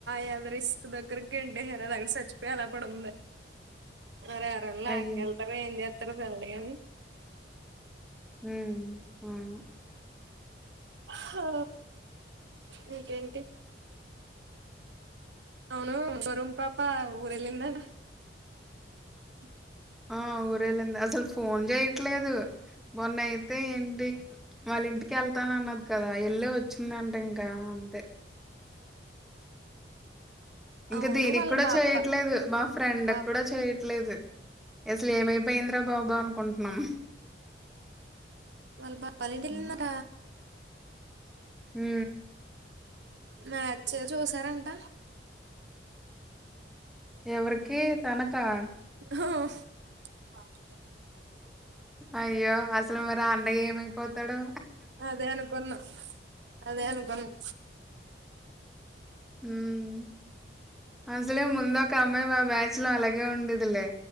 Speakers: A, on the right; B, in the centre.
A: యాదరిస్క్ దగ్గరికి గెంటేహార్ అది అక్కడ సచ్చిపోయి అలా పడుంది అరే అరే లాకెళ్తారు
B: అయ్యో
A: ఏం జేత్తరు తెలవదుగాని
B: హు వామో
A: హా నీకేంటి అవును వరుం పాప ఊరెలిందటా <unintelligible>
B: ఆ ఊరెళ్ళింది అసలు ఫోన్ చేయట్లేదు మొన్న అయితే ఏంటి వాళ్ళ ఇంటికి వెళ్తానన్నది కదా ఏళ్ళే వచ్చిందంట ఇంకా అంతే ఇంక
A: అవును
B: దీనికి
A: వాళ్ళ
B: కూడా
A: బాప్ప
B: చేయట్లేదు మా ఫ్రెండ్క్
A: బాప్
B: కూడా చేయట్లేదు అసలు ఏమైపోయింద్ర బాబా అనుకుంటున్నాం
A: వల్బా పల్లెటిలిందట
B: హ్మ్. హు
A: మ్యాచ్చే చూసారంట
B: ఎవరికి తనకా
A: హుహ్ మండికాయల్
B: అయ్యో అసలు మరి ఆ అన్నయ్యా ఏమైపోతాడో
A: అదే అనుకున్నా అదే అనుకున్నా హు
B: ఉహ్ అసలే ముందు ఒక అమ్మాయి మా బ్యాచ్ లో అలాగే ఉండేదిలే